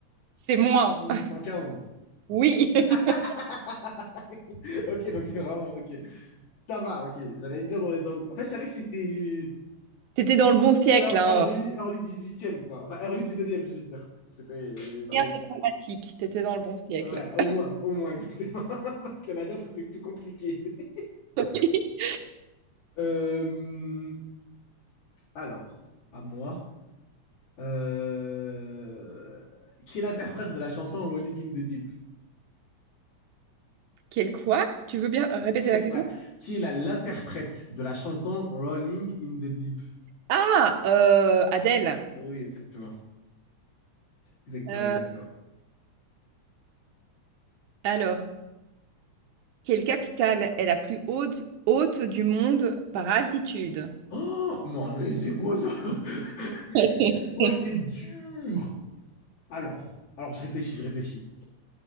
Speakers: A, on the right (about 80°); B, on the left (about 75°).
A: c'est moins.
B: 1815.
A: <laughs> Oui, <laughs>
B: <laughs> ok, donc c'est vraiment. Ok. Ça va, ok. J'allais dire dans les angles. En fait, je savais que c'était
A: t'étais dans le bon siècle,
B: ear-
A: hein.
B: early, early 18e, quoi. Enfin, early 19e, je veux dire. C'était dans
A: Rien
B: les.
A: de dramatique, t'étais dans le bon siècle.
B: Ouais, au moins, au moins, <laughs> exactement. Parce qu'il y en a d'autres, c'est plus compliqué. <laughs>
A: <laughs>
B: Euh, Alors, à moi. Euh, Qui est l'interprète de la chanson Rolling in the Deep?
A: Quel quoi? Tu veux bien
B: <laughs>
A: répéter
B: Qui-
A: la
B: Ouais.
A: question?
B: Qui est la- l'interprète de la chanson Rolling in the Deep?
A: Ah, euh, Adèle.
B: Oui, exactement. Exactement,
A: Euh,
B: exactement.
A: alors, quelle capitale est la plus haute, haute du monde par altitude?
B: Oh, non, mais c'est quoi ça? <laughs>
A: <laughs>
B: Ouais, c'est dur! Alors, alors, je réfléchis, je réfléchis.